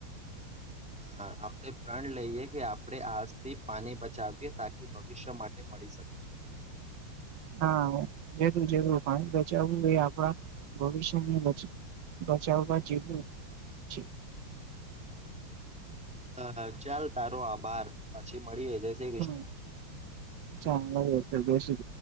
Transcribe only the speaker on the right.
<inaudible> હા જરૂર જરૂું પાણી બચાવું એ આપડા ભવિષ્યની બચ બચાવમાં જવું છે.
હમ ચાલા હો છે બેસી